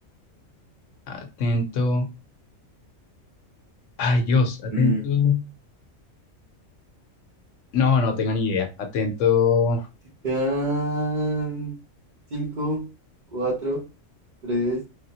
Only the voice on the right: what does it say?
mm.
Quedan 5, 4, 3,